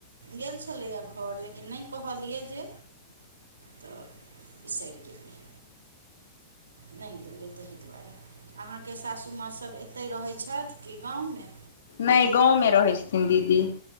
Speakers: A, on the right (about 85°); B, on the left (about 70°).
A: गेल छलैया घर लेकिन नहि कहलियै जे तऽ बिसरि गेलियै नहि लेलै ताहि दुआरे अहाँके सासु माँ सब एते रहै छथि की गाँवमे
B: नहि गाँवमे रहै छथिन दीदी